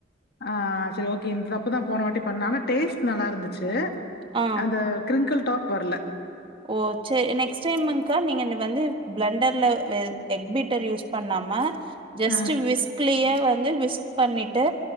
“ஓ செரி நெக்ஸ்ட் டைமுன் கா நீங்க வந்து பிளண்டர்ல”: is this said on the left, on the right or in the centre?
Right